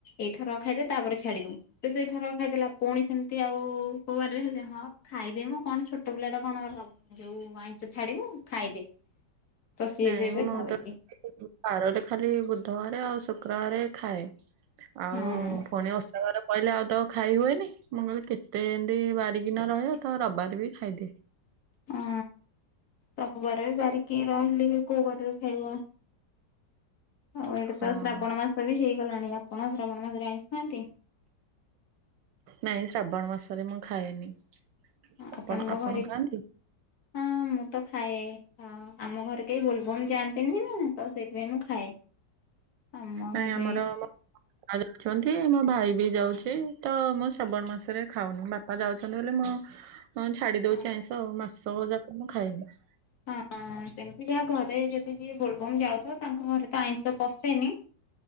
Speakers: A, on the left; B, on the right.
A: ଏଇଥର ଖାଇଦେ ତାପରେ ଛାଡିବୁ। ସେ ସେଇଥର ଖାଇଦେଲା ପୁଣି ସେମିତି ଆଉ କୋଉ ବାରରେ ହେଲେ ହଁ ଖାଇଦେ ମ କଣ ଛୋଟ ପିଲା ଟା କଣ ଯୋଉ ଆଇଁଷ ଛାଡିବୁ ଖାଇଦେ, ତ ସିଏ
B: ନାଇଁ
A: ବି ଏବେ
B: ମୁଁ
A: ଖାଉନି।
B: ତ ବାରରେ ଖାଲି ବୁଧବାର ଆଉ ଶୁକ୍ରବାର ଖାଏ। ଆଉ
A: ହଁ
B: ପୁଣି ଓଷାବାର କହିଲେ ଆଉ ତ ଖାଇ ହୁଏନି ମୁଁ କହିଲି କେତେ ଏମିତି ବାରିକିିନ ରହିବ ତ ରବିବାର ବି ଖାଇଦିଏ।
A: ହଁ ରବିବାର ବି ବାାରିକି ରହିଲି କୋଉ ବାର ଖାଇବ? ଆଉ ଏଇଟା
B: ହଁ
A: ତ ଶ୍ରାବଣ ମାସ ବି ହେଇଗଲାଣି ଆପଣ ଶ୍ରାବଣ ମାସରେ ଆଇଁସ ଖାନ୍ତି?
B: ନାଇଁ ଶ୍ରାବଣ ମାସରେ ମୁଁ ଖାଏନି। ଆପଣ
A: ଆପଣଙ୍କ
B: ଆପଣ
A: ଘରେ
B: ଖାଆନ୍ତି?
A: ହଁ ମୁଁ ତ ଖାଏ। ହଁ ଆମ ଘରେ କେହି ବୋଲବମ ଯାଆନ୍ତିନି ନା ତ ସେଇଥିପାଇଁ ମୁଁ ଖାଏ। ଆମ
B: ନାଇଁ
A: ଘରେ
B: ଆମର
A: <inaudible>
B: ବାପା ଯାଉଛନ୍ତି, ମୋ ଭାଇ ବି ଯାଉଛି। ତ ମୁଁ ଶ୍ରାବଣ ମାସ ରେ ଖାଉନି। ବାପା ଯାଉଛନ୍ତି ବୋଲି ମୁଁ ଆଉ ହଁ ଛାଡ଼ି
A: ହଁ
B: ଦଉଛି ଆଇଁଷ ଆଉ, ମାସ ଯାକ ମୁଁ ଖାଏନି।
A: ହଁ ସେମିତି ଯାହା ଘରେ ଯଦି ଯିଏ ବୋଲବମ ଯାଉଥିବ ତାଙ୍କ ଘରେ ତ ଆଇଁଷ ପଶେନି।